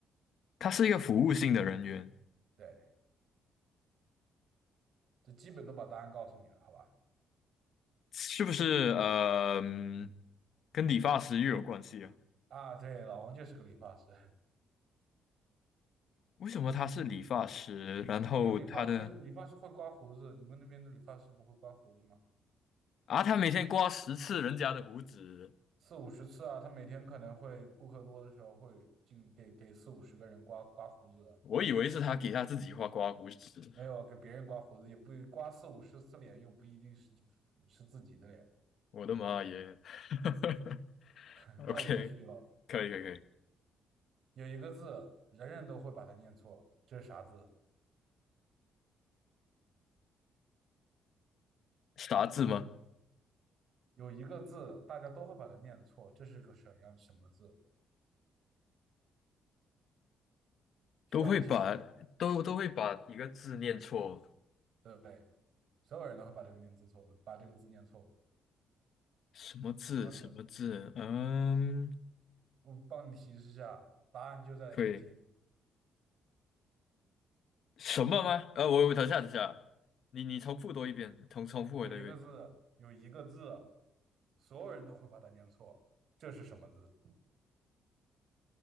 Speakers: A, on the left (about 65°); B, on the right (about 65°).
A: 他是一个服务性的人员，
B: 对，这基本都把答案告诉你了，好吧？
A: 是不是？呃，嗯跟理发师又有关系啊？
B: 啊，对，老王就是个理发师，
A: 为什么他是理发师？然后他的
B: <laughs> 因为理发师理发师会刮胡子，你们那边的理发师不会刮胡子吗？
A: 啊，他每天刮十次人家的胡子，
B: 四五十次啊，他每天可能会顾客多的时候会进给给四五十个人刮刮胡子，
A: 我以为是他给他自己画刮胡子。
B: 没有给别人刮胡子，也不刮四五十次脸，又不一定是是自己的脸。
A: 我的妈耶 <laughs>
B: <laughs>
A: ！OK，
B: 那我继续了，
A: 可以可以可以，
B: 有一个字人人都会把它念错，这是啥字？
A: 啥字吗？
B: 有一个字大家都会把它念错，这是个什么样什么字？需要我提示？
A: 都会把都都会把一个字念错，
B: 对，所有人都会把这个念字错，把这个字念错。
A: 什么字什么字？
B: 什么字？
A: 嗯，
B: 我帮你提示一下，答案就在题。
A: 可以。什么吗？呃，我我等下等下，你你重复多一遍，重重复我多一遍。
B: 有一个字，有一个字，所有人都会把它念错。这是什么字？